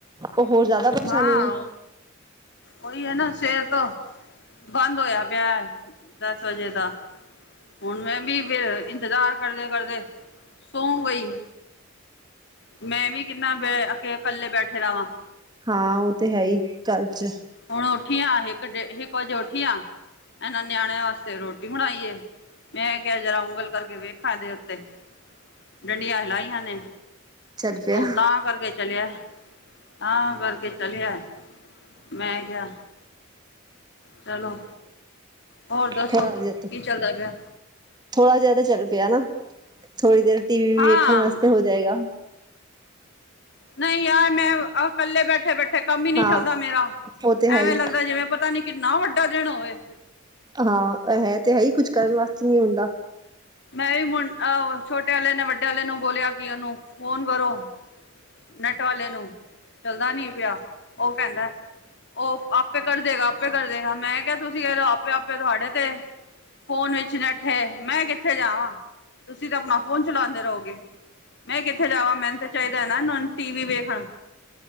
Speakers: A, on the right; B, on the left.
A: ਉਹ ਹੋਰ ਜ਼ਿਆਦਾ ਪਰੇਸ਼ਾਨੀ
B: ਹਾਂ
A: ਐ।
B: ਉਹੀ ਐ ਨਾਂ ਸਵੇਰ ਤੋਂ ਬੰਦ ਹੋਇਆ ਪਿਆ, ਦਸ ਵਜੇ ਦਾ। ਹੁਣ ਮੈਂ ਵੀ ਫੇਰ ਇੰਤਜ਼ਾਰ ਕਰਦੇ-ਕਰਦੇ ਸੋਂ ਗਈ। ਮੈਂ ਵੀ ਕਿੰਨਾ ਬੇ ਇਕੇ ਇਕੱਲੇ ਬੈਠੇ ਰਵਾਂ।
A: ਹਾਂ ਉਹ ਤੇ ਹੈ ਹੀ ਘਰ ਚ
B: ਹੁਣ ਉੱਠੀਆਂ ਇੱਕ ਡੇ, ਇੱਕ ਵਜੇ ਉੱਠੀਆਂ ਇਹਨਾਂ ਨਿਆਣਿਆਂ ਵਾਸਤੇ ਰੋਟੀ ਬਣਾਈ ਐ। ਮੈਂ ਕਿਹਾ, ਜਰਾ ਉਂਗਲ ਕਰਕੇ ਵੇਖਾ ਇਹਦੇ ਉੱਤੇ। ਡੰਡੀਆਂ ਹਿਲਾਾਈਆਂ ਨੇਂ,
A: ਚੱਲ ਪਿਆ
B: ਉਹ ਤਾਂ ਕਰਕੇ ਚਲਿਆ। ਆ ਕਰਕੇ ਚਲਿਆ, ਮੈਂ ਕਿਹਾ ਚਲੋ, ਹੋਰ ਦੱਸੋ
A: ਥੋੜਾ ਜਿਹਾ
B: ਕੀ ਚੱਲਦਾ ਪਿਆ।
A: ਥੋੜਾ ਜਿਹਾ ਤੇ ਚੱਲ ਪਿਆ ਨਾਂ, ਥੋੜ੍ਹੀ ਦੇਰ ਟੀ ਵੀ ਵੀ
B: ਹਾਂ
A: ਵੇਖਣ ਵਾਸਤੇ ਹੋ ਜਾਏਗਾ।
B: ਨਈਂ ਯਾਰ ਮੈਂ ਇਕੱਲੇ ਬੈਠੇ, ਬੈਠੇ ਕੰਮ ਈ ਨਈਂ
A: ਹਾਂ
B: ਚੱਲਦਾ ਮੇਰਾ।
A: ਉਹ ਤੇ ਹੈ
B: ਐਵੇਂ
A: ਹੀ
B: ਲੱਗਦਾ ਜਿਵੇਂ ਪਤਾ ਨੀਂ ਕਿੰਨਾ, ਵੱਡਾ ਦਿਣ ਹੋਵੇ।
A: ਹਾਂ, ਹੈ ਤੇ ਹੈ ਹੀ ਕੁਛ ਕਰਨ ਵਾਸਤੇ ਨਈਂ ਹੁੰਦਾ।
B: ਮੈਂ ਵੀ ਮੁੰਡ ਅ ਛੋਟੇ ਵਾਲਲੇ ਨੇਂ, ਵੱਡੇ ਵਾਲੇ ਨੂੰ ਬੋਲਿਆ ਕਿ ਉਹਨੂੰ ਫੋਨ ਕਰੋ। ਨੈੱਟ ਵਾਲੇ ਨੂੰ, ਚੱਲਦਾ ਨੀ ਪਿਆ। ਉਹ ਕਹਿੰਦਾ ਉਹ ਆਪੇ ਕਰ ਦੇਗਾ, ਆਪੇ ਕਰ ਦੇਗਾ ਮੈਂ ਕਿਹਾ ਤੁਸੀਂ ਕਹਿ ਲਓ ਆਪੇ- ਆਪੇ ਤੁਹਾਡੇ ਤੇ ਫ਼ੋਨ ਵਿੱਚ ਨੈਠੇ, ਮੈਂ ਕਿੱਥੇ ਜਾਵਾਂ, ਤੁਸੀਂ ਤਾਂ ਆਪਣਾ ਫੋਨ ਚਲਾਉਂਦੇ ਰਹੋਗੇ। ਮੈਂ ਕਿੱਥੇ ਜਾਵਾਂ, ਮੈਨੂੰ ਤੇ ਚਾਹੀਦਾ ਨਾ ਟੀ ਵੀ ਵੇਖਣ